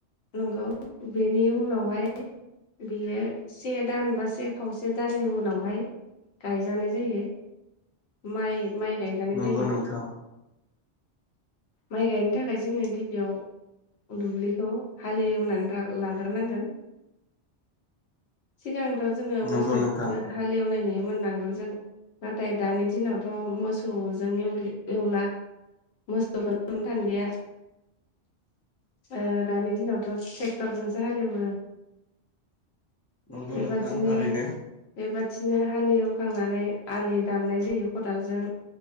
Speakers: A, on the left; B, on the left.
A: नंगौ बेनि उनावहाय बियो से दान बा से खावसे दाननि उनावहाय गायजानाय जायो। माइ माइ गायजानाय
B: नंगौ
A: जायो।
B: नोंथां
A: माइ गायनो थाखाय जोङो गिबियाव दुब्लिखौ हालि एवनान द्रा लाग्रोनांगोन। सिगां थ' जोङो
B: नंगौ
A: मोसौजो
B: नोंथां
A: हाल एवनाय नुयो मोन नांगोल जों नाथाय दानि दिनआवथ' मोसौजों एवलि एवला मोसौखोनो नुनो थांलिया ओ दानि दिनावथ' टेक्टरजोंसो हाल एवो।
B: नंगौ
A: बेबादिनो
B: नोंथां थारैनो
A: बेबाद बिदिनो हाल एवखांनानै आलि दाननाय जायो खदालजों